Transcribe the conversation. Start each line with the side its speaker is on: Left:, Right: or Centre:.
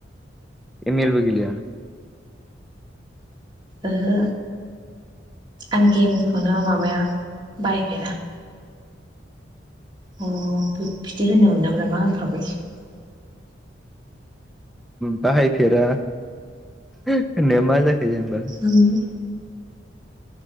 Centre: एम एलबो गेलेया
Right: ओहो आं गेमखौनो माबाया बाहायफेरा। अ बे बिदि होनो मोनो मोना मा होनफ्रांबायसो
Centre: बाहायफेरा होननाया मा जाखो जेनेबा
Right: उम